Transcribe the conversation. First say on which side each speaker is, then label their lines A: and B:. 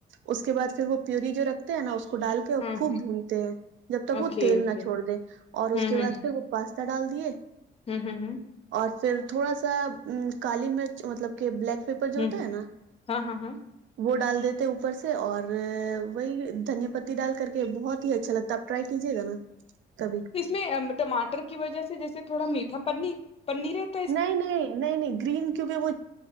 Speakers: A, on the right; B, on the left.
A: اس کے بعد پھر وہ پیوری جو رکھ تے نا اس کو ڈال کے اور
B: ہوں
A: خوب بھونتے ہیں جب تک
B: اوکے
A: وہ تیل
B: اوکے
A: نہ چھوڑ دے اور
B: ہوں
A: اس کے
B: ہوں
A: بعد پھر وہ پاستا ڈال دیے
B: ہوں ہوں ہوں
A: اور پھر تھوڑا سا کالی مرچ مطلب کہ بلیک پیپر جو
B: ہوں
A: ہوتا ہے نا
B: ہاں ہاں ہاں
A: وہ ڈال دیتے اوپر پر سے اور وہی دھنیہ پ پتی ڈال کر کے بہت ہی اچھا لگتا ہےاپ ٹرائی کیجیے گ نا کبھی
B: اس میں ٹماٹر کی وجہ سے جیسے تھوڑا میٹھا پ پنی رہتی
A: نہیں نہیں نہیں نہیں گرین کیونکہ وہ